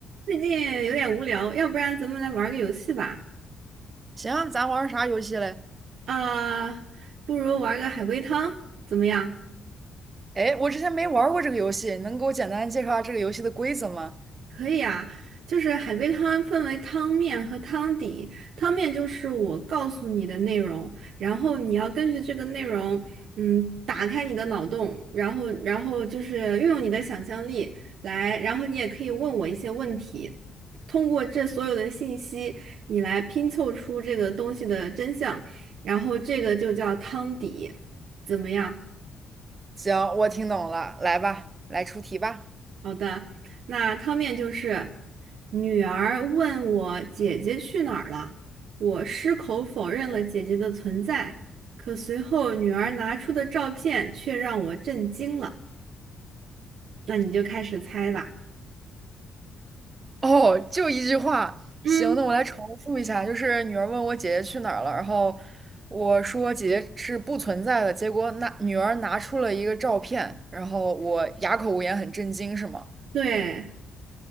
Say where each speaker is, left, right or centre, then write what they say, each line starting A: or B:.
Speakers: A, on the right; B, on the right.
A: 最近有点无聊，要不然咱们来玩个游戏吧？
B: 行啊咱玩儿啥游戏嘞？
A: 啊、不如玩个海龟汤，怎么样？
B: 哎，我之前没玩儿过这个游戏，你能给我简单介绍下这个游戏的规则吗？
A: 可以啊，就是海龟汤分为汤面和汤底。汤面就是我告诉你的内容，然后你要根据这个内容，嗯，打开你的脑洞，然后，然后就是运用你的想象力来，然后你也可以问我一些问题，通过这所有的信息，你来拼凑出这个东西的真相，然后这个就叫汤底，怎么样？
B: 行，我听懂了，来吧，来出题吧。
A: 好的，那汤面就是女儿问我姐姐去哪儿了，我矢口否认了姐姐的存在，可随后女儿拿出的照片却让我震惊了。那你就开始猜吧。
B: 哦，就一句话。
A: 嗯，
B: 行，那我来重复一下，就是女儿问我姐姐去哪儿了，然后我说姐姐是不存在的，结果那女儿拿出了一个照片，然后我哑口无言，很震惊，是吗？
A: 对，